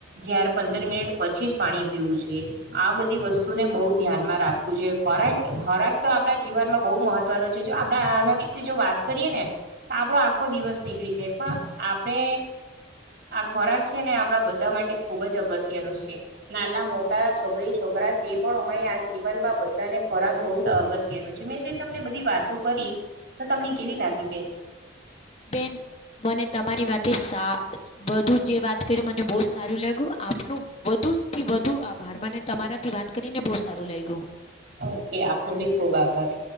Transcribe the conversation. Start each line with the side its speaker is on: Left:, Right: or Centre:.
Right: જયારે, પંદર મિનિટ પછી જ પાણી પીવું જોઈએ, આ બધી વસ્તુને બહુ ધ્યાનમાં રાખવું જોઈએ, ખોરાક ખોરાક તો આપણા જીવનમાં બહુ મહત્વનું છે, જો આપણા આના વિશે જો વાત કરીએ ને, તો આપડો આખો દિવસ નીકળી જાય પણ આપણે. આ ખોરાક છેને, આપડા બધા માટે ખુબજ અગત્યનું છે, નાના મોટા છોકરી છોકરી છરા જે પણ હોય, આ જીવનમાં બધાને ખોરાક બહુ અગત્યનું છે, મેં જે તમને બધી વાતો કરી તો તમને કેવી લાગી બેન
Left: બેન, મને તમારી વાતે સા બધું જે વાત કર્યું, મને બહ સારું લાગ્યું આપનું વધુ થી વધુ આ ભારમાંને તમારાથી વાત કરીને, બહુ સારું લાગ્યું
Right: ઓકે આપપનો, બી ખૂબ આભાર